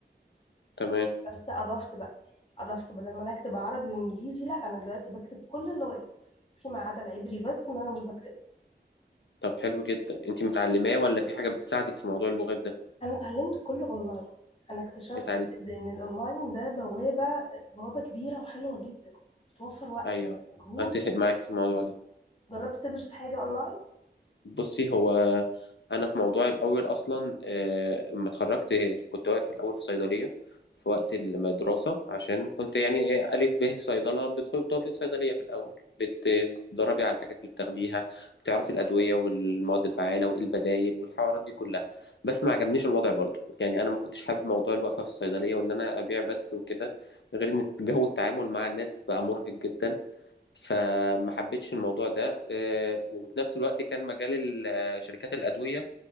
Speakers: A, on the left (about 85°); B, on the left (about 35°).
A: تمام
B: بس اضفت بقى اضفت بدل ما انا اكتب عربي وانجليزي لا انا دلوقتي بكتب كل اللغات فيما عدا العبري بس ان انا مش بكتب
A: طب حلو جدا أنت متعلماه ولا في حاجة بتساعدك في موضوع اللغات ده
B: انا اتعلمت كله اونلاين انا اكتشفت
A: اتعلم
B: بجد ان الاونلاين ده بوابة بوابة كبيرة وحلوة جدا بتوفر وقت
A: أيوه
B: مجهود
A: أتفق معاكي في الموضوع ده
B: جربت تدرس حاجة اونلاين
A: بصي هو انا في موضوعي الاول اصلا آه، لما اتخرجت كنت واقف في الاول في صيدليه في وقت المدرسه عشان كنت يعني ايه الف ب صيدله بتدخلي بتقفي في صيدليه في الاول بتدربي على الحاجات اللي بتاخديها بتعرفي الادويه والمواد الفعاله وايه البدايل والحوارات دي كلها بس ما عجبنيش الوضع برضه يعني انا ما كنتش حابب موضوع الوقفه في الصيدليه وان انا ابيع بس وكده غير ان جو التعامل مع الناس بقى مرهق جدا فما حبيتش الموضوع ده آه، وفي نفس الوقت كان مجال ال- آه، شركات الأدوية